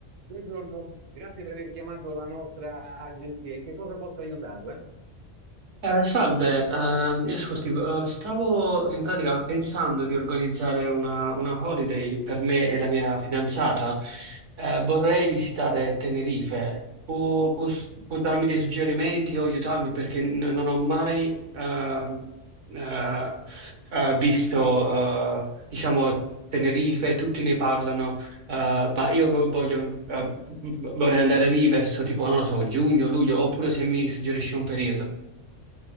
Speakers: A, on the right; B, on the right.
A: Buongiorno, grazie per aver chiamato la nostra agenzia. In che cosa posso aiutarla?
B: Eh, salve, ehm, io ascolti, eh, stavo in pratica pensando di organizzare una, una holiday per me e la mia fidanzata. Eh, vorrei visitare Tenerife. Può, può- può darmi dei suggerimenti o aiutarmi perché n- non ho mai eh, eh, eh, visto, eh, diciamo, Tenerife, tutti ne parlano, eh, ma io vo- voglio, eh, vorrei andare lì verso tipo, non lo so, giugno, luglio, oppure se mi suggerisci un periodo.